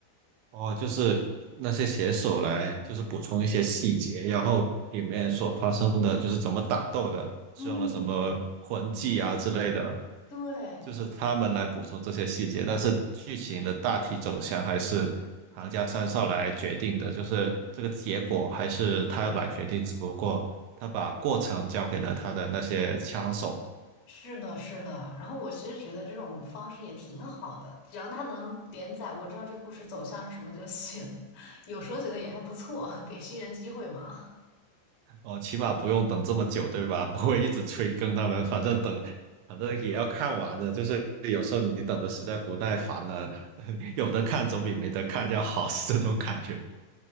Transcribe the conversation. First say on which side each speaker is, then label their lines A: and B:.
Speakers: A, on the right; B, on the left.
A: 哦，就是那些写手来，就是补充一些细节，然后里面所发生的，就是怎么打斗的，使用了什么魂技啊之类的。
B: 嗯，对，
A: 就是他们来补充这些细节，但是剧情的大体走向还是行家三少来决定的，就是这个结果还是他来决定，只不过他把过程交给了他的那些枪手，
B: 是的，是的。然后我其实觉得这种方式也挺好的，只要它能连载，我知道这个故事走向是什么就行。<laughs> 有时候觉得也还不错，给新人机会嘛。
A: 哦，起码不用等这么久，对吧？<laughs> 不会一直催更他们，反正等，反正也要看完的，就是有时候你等的实在不耐烦了，<laughs> 有的看总比没得看要好，是这种感觉。